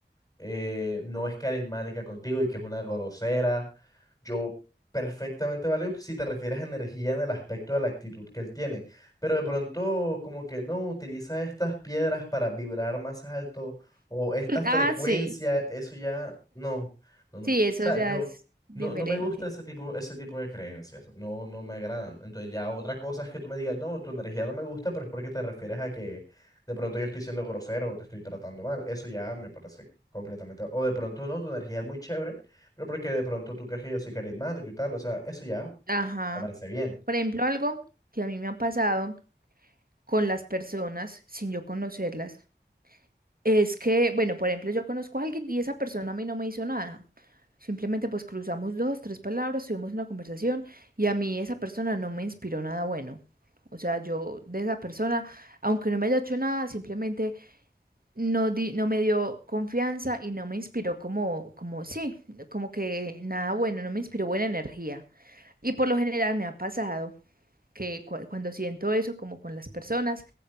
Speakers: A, on the left; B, on the right.
A: eh, no es carismática contigo y que es una grosera. Yo perfectamente valeo que si te refieres a energía en el aspecto de la actitud que él tiene, pero de pronto como que no utiliza estas piedras para vibrar más alto o esta frecuencia,
B: Ah, sí,
A: eso ya no, no, no.
B: sí,
A: O
B: eso
A: sea,
B: ya
A: yo
B: es diferente.
A: no, no me gusta ese tipo, ese tipo de creencias, no, no me agradan. Entonces ya otra cosa es que tú me digas, no, tu energía no me gusta, pero es porque te refieres a que de pronto yo estoy siendo grosero o te estoy tratando mal. Eso ya me parece Completamente. O de pronto no, tu energía es muy chévere, pero porque de pronto tú crees que yo soy carismático y tal. O sea, eso ya
B: Ajá.
A: te parece bien.
B: Por ejemplo, algo que a mí me ha pasado con las personas sin yo conocerlas Es que, bueno, por ejemplo, yo conozco a alguien y esa persona a mí no me hizo nada. Simplemente pues cruzamos dos, tres palabras, tuvimos una conversación y a mí esa persona no me inspiró nada bueno. O sea, yo de esa persona, aunque no me haya hecho nada, simplemente no di- no me dio confianza y no me inspiró como, como sí, como que nada bueno, no me inspiró buena energía. Y por lo general me ha pasado que cu- cuando siento eso como con las personas,